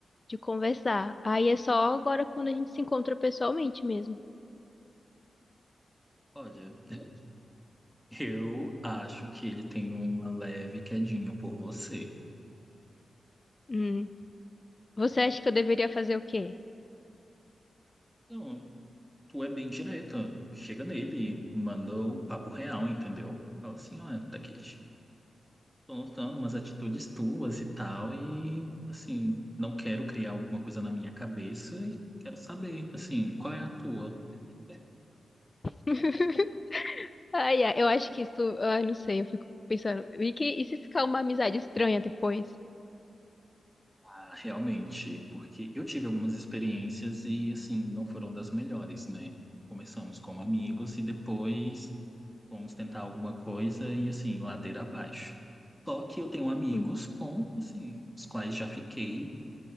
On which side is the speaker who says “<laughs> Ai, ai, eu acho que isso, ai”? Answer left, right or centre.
Left